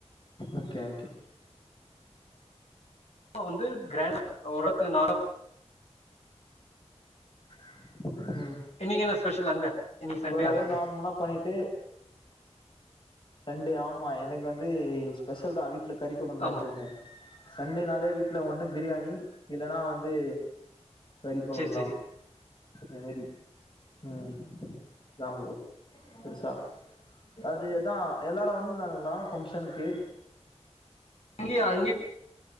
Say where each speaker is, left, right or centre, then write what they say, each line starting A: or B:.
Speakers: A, on the left; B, on the left.
A: ஓகே ஓகே
B: வந்து கிராண்டா ஒரக்கு நா <inaudible>
A: <inaudible> ம்
B: இன்னைக்கு என்ன ஸ்பெஷல் அங்க இன்னைக்கு சண்டே
A: ஓரளவு
B: வேற
A: நார்மலா பண்ணிட்டு சண்டே ஆமா எனக்கு வந்து ஸ்பெஷல் தா வீ ட்ல கறிக்கொழபுதா
B: ஆமா
A: எப்பயுமே சண்டே நாளே வீட்ல ஒன்னு பிரியாணி இல்லன்னா வந்து கறி கொழம்புதா
B: சேரி சேரி
A: அத மாதி ம் தம்பரூ பெசா அது எப் தா எல்லாரு வந்திருந்தானங்களா பங்க்ஷனுக்கு
B: அங்கய அங்கய